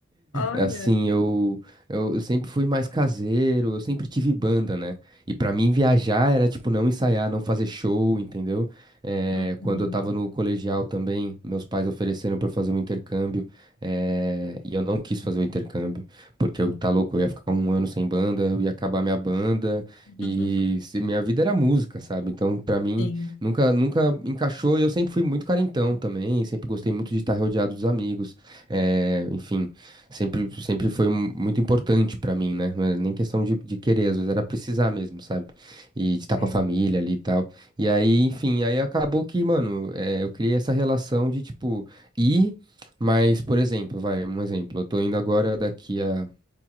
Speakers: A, on the left (about 65°); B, on the right (about 20°).
A: Olha.
B: Assim, eu, eu, eu sempre fui mais caseiro, eu sempre tive banda, né? E pra mim viajar era tipo não ensaiar, não fazer show, entendeu? Eh,
A: Uhum.
B: quando eu tava no colegial também, meus pais ofereceram pra eu fazer um intercâmbio, eh, e eu não quis fazer o intercâmbio, porque eu tá louco, eu ia ficar um ano sem banda, eu ia acabar minha banda,
A: <laughs>
B: e se- minha vida era música, sabe? Então, pra mim,
A: Sim.
B: nunca, nunca encaixou, e eu sempre fui muito carentão também, sempre gostei muito de estar rodeado dos amigos. É, enfim, Sempre, sempre foi mu- muito importante pra mim, né? Não era nem questão de, de querer, às vezes era precisar mesmo, sabe? E de estar
A: Sim.
B: com a família ali e tal. E aí, enfim, aí acabou que, mano, eh, eu criei essa relação de, tipo, ir, mas, por exemplo, vai, um exemplo, eu tô indo agora daqui a